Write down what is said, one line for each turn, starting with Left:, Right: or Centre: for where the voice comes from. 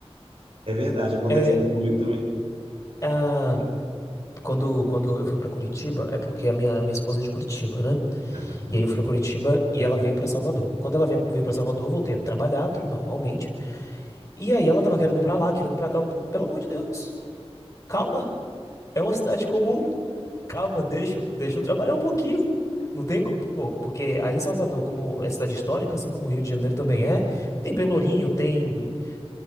Right: É verdade, acontece
Left: É,
Right: muito comigo também.
Left: a... quando, quando eu fui pra Curitiba, é porque a minha, minha esposa é de Curitiba, né?
Right: Aham.
Left: E aí eu fui pra Curitiba e ela veio pra Salvador. Quando ela veio veio pra Salvador, eu voltei a trabalhar tr- normalmente. E aí ela tava querendo ir pra lá, querendo ir pra cá. Eu, Pelo amor de Deus, calma. É uma cidade comum. Calma, deixa, eu- deixa eu trabalhar um pouquinho. Não tem como, pô, porque aí Salvador, como é cidade histórica, assim como o Rio de Janeiro também é, tem Pelourinho, tem.